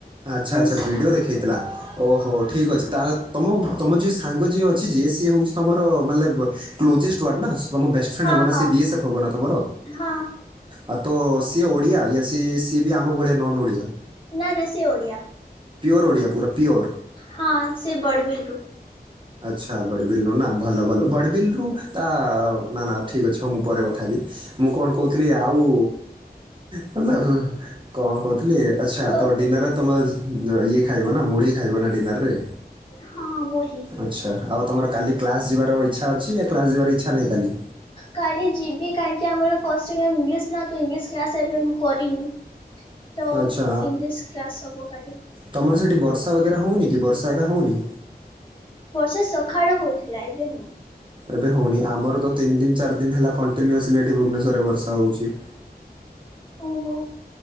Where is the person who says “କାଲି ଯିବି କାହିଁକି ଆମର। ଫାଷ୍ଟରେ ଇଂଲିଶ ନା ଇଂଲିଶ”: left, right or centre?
Left